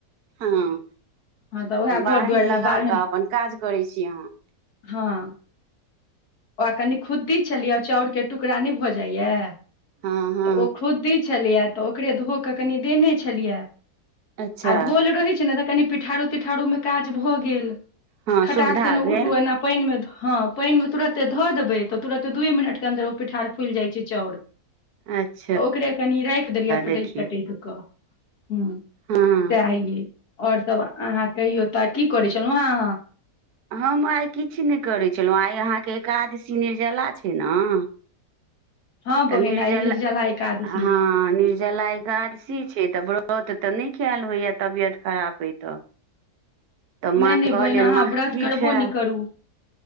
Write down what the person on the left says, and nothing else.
हँ तऽ उएह घर
दुआरि मे
बारहैन
हँ ओहै कनी खुद्दी छलियै चाउर केँ टुकड़ा नय भऽ जाइ यऽ
तऽ ओ खुदि छलिय तऽ ओकरे धो कऽ कनि देने छलियै आ
धोल रहै छै नऽ तऽ कनि पिठारो तिठारो मे काज भऽ गेल
खटाक
सेने
उठू एना पाइन मे हँ पाइन मे तुरत धऽ देबै तऽ तुरते दूए मिनट केँ अन्दर ओ पिठार फुलिइ छै चाउर
तऽ ओकरे कनि राइख देलियै फटैक
तटैक कऽ दुँ सैह
ई हइ आओर सब अहाँ कहियौ तऽ की करै छलहुँ आहाँ
हँ बहिन
आइ निर्जला एकादशी
ये
नहि
नहि
बहिन अहाँ
व्रत
करबो
नहि करू